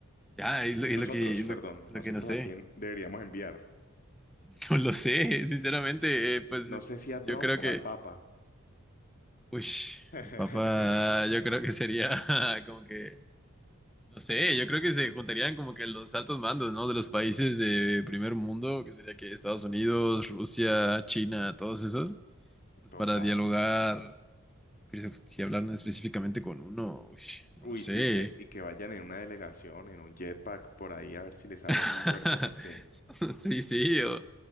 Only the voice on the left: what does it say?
Nosotros,
perdón,
nosotros
a quién deberíamos enviar.
No sé si a
Trump
o al Papa.
<laughs>
Total.
Uy,
sí, que, y que vayan en una delegación, en un jetpack, por ahí a ver si les abren
una puerta, porque